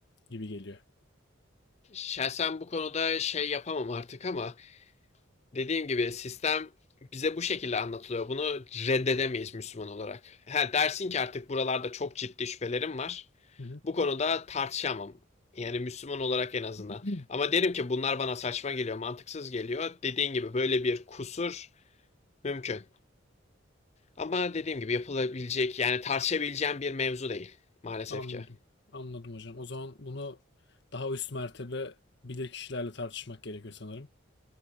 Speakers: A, on the left; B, on the left.
A: gibi geliyor.
B: Şahsen bu konuda şey yapamam artık ama Dediğim gibi sistem bize bu şekilde anlatılıyor. Bunu reddedemeyiz Müslüman olarak. Ha, dersin ki artık buralarda çok ciddi şüphelerim var.
A: Hı hı.
B: Bu konuda tartışamam. Yani Müslüman olarak en azından.
A: <clears throat>
B: Ama derim ki bunlar bana saçma geliyor, mantıksız geliyor. Dediğin gibi böyle bir kusur mümkün. Ama dediğim gibi yapılabilecek yani tartışabileceğim bir mevzu değil maalesef
A: Anladım.
B: ki.
A: Anladım hocam. O zaman bunu daha üst mertebe bilir kişilerle tartışmak gerekiyor sanırım.